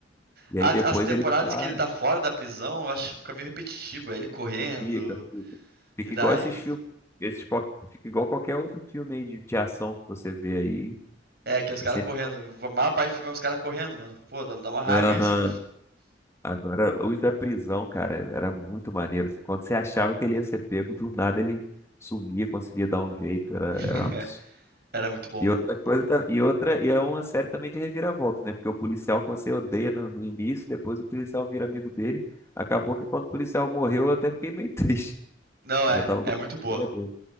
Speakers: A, on the left (about 15°); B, on the right (about 60°).
A: E
B: as
A: aí depois
B: As temporadas
A: ele sai,
B: que ele tá fora da prisão, eu acho que fica meio repetitivo. É ele correndo,
A: fica, fica. Fica
B: e daí.
A: igual esses filmes. Esses, qual- fica igual qualquer outro filme aí de, de ação que você vê aí.
B: É, que é os
A: É
B: caras
A: sempre.
B: correndo. A maior parte do filme é os caras correndo, mano. Pô, dá, dá uma raiva
A: Aham.
B: isso.
A: Agora, os da prisão, cara, era muito maneiro. assim. Quando você achava que ele ia ser pego, do nada ele sumia, conseguia dar um jeito. Era,
B: <laughs>
A: era um absurdo.
B: Era muito bom
A: E
B: mesmo,
A: outra coisa,
B: porra.
A: ta- e outra, e é uma série também de reviravolta, né? Porque o policial que você odeia no, no início, depois o policial vira amigo dele. Acabou que quando o policial morreu, eu até fiquei meio <laughs> triste.
B: Não, é,
A: Eu Já tava
B: é
A: com
B: muito boa.
A: ele é doido.